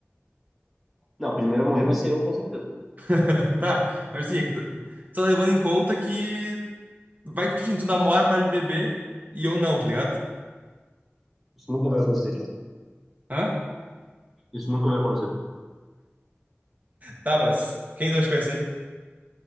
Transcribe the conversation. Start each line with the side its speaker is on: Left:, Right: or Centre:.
Centre: não, primeiro a morrer vai ser eu, com certeza.
Right: <laughs> Tá, mas assim, é que tu- tô levando em conta que vai que, tipo assim, tu namora, para de beber e eu não, tá ligado?
Centre: Isso nunca vai acontecer, Thiago.
Right: Hã?
Centre: Isso nunca vai acontecer.
Right: Tá, mas quem tu acha que vai ser?